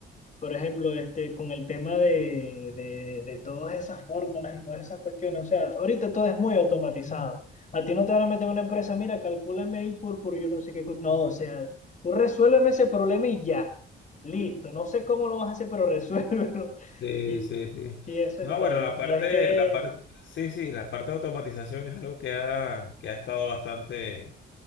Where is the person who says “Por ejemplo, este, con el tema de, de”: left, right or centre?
Left